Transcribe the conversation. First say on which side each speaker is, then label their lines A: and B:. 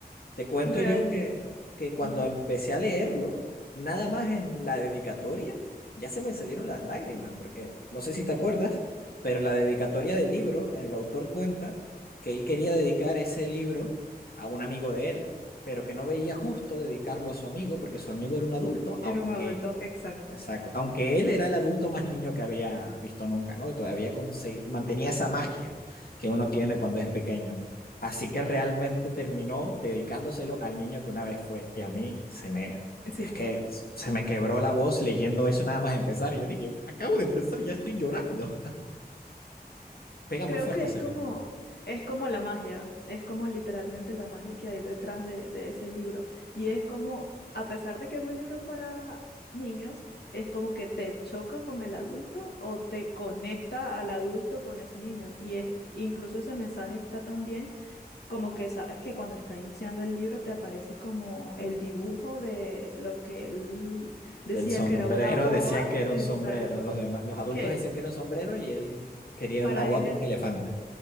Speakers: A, on the left; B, on the left.
A: Te cuento
B: Realmente.
A: yo que, que cuando
B: Ajá.
A: empecé a leerlo, nada más en la dedicatoria, ya se me salieron las lágrimas, porque no sé si te acuerdas, pero la dedicatoria del libro, el autor cuenta que él quería dedicar ese libro a un amigo de él, pero que no veía justo dedicarlo a su amigo porque su amigo era un adulto,
B: Era
A: aunque
B: un adulto, exacto.
A: Exacto. Aunque él era el adulto más niño que había visto nunca, ¿no? Y todavía conse- mantenía esa magia que uno tiene cuando es pequeño. Así que realmente terminó dedicándoselo al niño que una vez fue. Y a mí se me,
B: Sí.
A: es que se me quebró la voz leyendo eso nada más empezar. Y yo dije, acabo de empezar, ya estoy llorando. Pega
B: Creo
A: muy fuerte
B: que
A: ese
B: es como,
A: libro.
B: es como la magia, es como literalmente la magia que hay detrás de, de ese libro. Y es como, a pesar de que es un libro para niños, es como que te choca con el adulto o te conecta al adulto con ese niño. Y es, incluso ese mensaje está también como que sabes que cuando está iniciando el libro te aparece como el dibujo de lo que él
A: Del
B: decía
A: sombrero
B: que era una boa,
A: decían que era
B: exacto,
A: un sombrero. Los demás, los adultos
B: que
A: decían que era un sombrero y él quería
B: para
A: una boa
B: él
A: con
B: era.
A: un elefante,